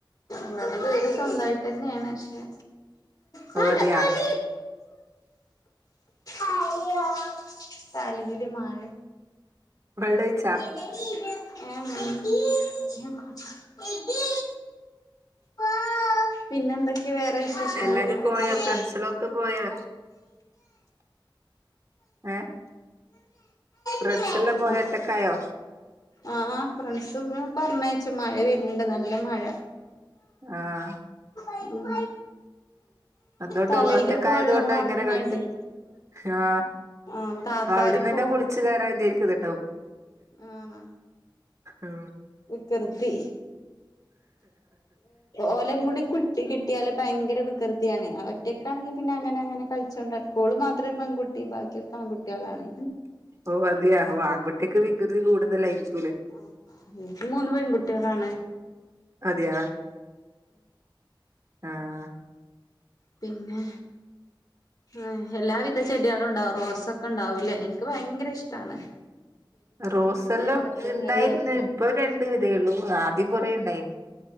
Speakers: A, on the left; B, on the right.
A: ഇവിടെ വീട് സ്വന്തായിട്ടന്നെയാണ് പക്ഷേ താനോ
B: ഓ മതിയാ
A: താനീ അയ്യോഹ് തലയില് മാര്
B: വെള്ളോഴിച്ചാ
A: എടീ ഏ മ എടീ കൊറച്ച് എടീ പാ പിന്നെ എന്തൊക്കെ വേറെ വിശേഷങ്ങൾ
B: എല്ലാരും
A: വികൃതിചേ
B: പോയാ ഫ്രണ്ട്സിലൊക്കെ പോയാ ഏഹ് ഫ്രണ്ട്സെല്ലാം
A: <unintelligible>
B: പോയ ഒറ്റക്കായോ
A: ആഹ ഫ്രണ്ട്സൊന് പറഞ്ഞയച്ചു മഴ വരുന്ണ്ട് നല്ല മഴ
B: ആഹാ..
A: <unintelligible> ഉം.
B: അതൊണ്ട്
A: തലയിലൊക്കെ
B: ഒറ്റക്കായതൊണ്ടാ
A: വെള്ളം പാർന്ന്കാണ്ടേ
B: ഇങ്ങനെ കളിക്ക്- ആഹ്
A: ആഹ് താത്താരിപ്പോ
B: അവ്ട്ന്നന്നെ കുളിച്ച് കേറാന്ന് എന്ന് രിക്ക്ന്നുണ്ടാവും
A: ആഹ
B: ആഹ്
A: വികൃതി ഓലക്കുടി കു- ട്ടി കിട്ടിയാല് ഭയങ്കര വികൃതിയാണ് അവറ്റൊക്കാണെങ്കിൽ പിന്നെ അങ്ങനെ അങ്ങനെ കള്ച്ചൊണ്ടട്ക്കും ഓൾ മാത്രെ പെൺകു ട്ടി ബാക്കിയൊക്കെ ആൺകുട്ടിയാളാണെ
B: ഓ അതെയാ ആങ്കുട്ടിക്ക് വികൃതി കൂടുതലായിരിക്കും.
A: ആഹ്. എനിക്ക് മൂന്ന് പെൺകുട്ട്യളാണ്
B: അതെയാ ആഹ
A: പിന്നെ ആ എല്ലാവിധ ചെടിയാളും ഉണ്ടാവും റോസൊക്കെണ്ടാവുല്ലേ എനിക്ക് ഭയങ്കരഷ്ടാണ്
B: റോസല്ലാം
A: പച്ചക്കറിയൊക്കെ
B: ഇണ്ടായിരുന്നു ഇപ്പൊ രണ്ട് വിതേള്ളൂ ആദ്യം കൊറേ ഉണ്ടായിന്